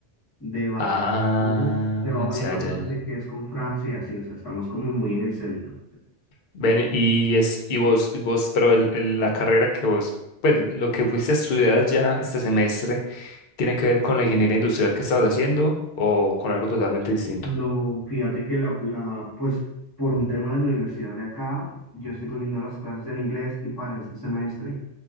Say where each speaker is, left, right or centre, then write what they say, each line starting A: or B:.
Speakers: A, on the left (about 20°); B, on the left (about 65°).
A: debajo,
B: Ah,
A: debajo hay
B: ya,
A: una parte
B: ya, ya.
A: que es con Francia y así, o sea, estamos como muy en el centro.
B: Ven, y es, y vos, y vos, pero el- el- la carrera que vos, pues lo que fuiste a estudiar allá este semestre, ¿tiene que ver con la ingeniería industrial que estabas haciendo o con algo totalmente distinto?
A: No, fíjate que la, la, pues por un tema de la universidad de acá, yo estoy cogiendo las clases en inglés y para este semestre